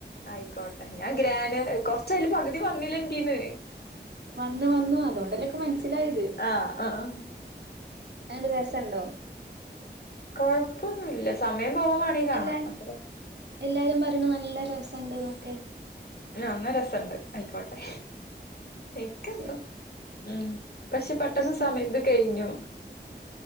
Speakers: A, on the left; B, on the right.
A: ആയിക്കോട്ടെ ഞാ ഗ്രാന് കൊർച്ചയില് പകുതി വന്നില ഇന്റീന്ന്
B: വന്ന് വന്നു അതോണ്ടല്ലേൻക്ക് മൻസ്സിലായത്
A: ആഹ് ആഹ്
B: എങ്ങനണ്ട് രസണ്ടോ
A: കൊഴ്പ്പൊന്നുല്ല സമയം പോവാമാണെങ്കി കാണാ
B: എല്ലാ
A: അത്ര
B: എല്ലാരും പറിണ് നല്ല രസണ്ട്ന്നൊക്കെ
A: ന്നാ അന്ന രസണ്ട് ആയിക്കോട്ടെ ഇക്കെന്തോ
B: അത് ശരി
A: ഉം പഷെ
B: നിനക്ക്
A: പെട്ടെന്ന്
B: ഇഷ്ടായില്ല
A: സമയത് കെയിഞ്ഞു